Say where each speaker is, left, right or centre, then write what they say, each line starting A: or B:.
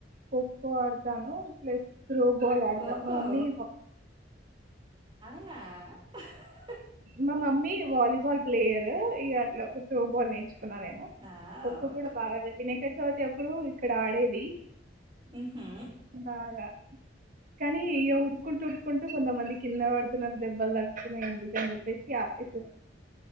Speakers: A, on the right (about 50°); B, on the right (about 30°).
A: ఖోఖో ఆడతాను ప్లస్ త్రో బాల్ ఆడతా
B: ఖోఖో
A: మా మమ్మీ
B: ఆ..
A: మా మమ్మీ వాలీబాల్ ప్లేయర్ ఇగ అట్లా త్రోబాల్ నే ర్చుకున్నా నేను
B: ఆవ్!
A: ఖో ఖో కూడా బాగానే వినయకచవితి అప్పుడు ఇక్కడ ఆడేది
B: హుహు.
A: బాగా కానీ ఇ ఉరుకుంటు ఉరుకుంటు కొంతమంది కింద వడుతున్నారు దెబ్బల్తగుతున్నాయండి పెన్ను పెస్కి ఆపేసాను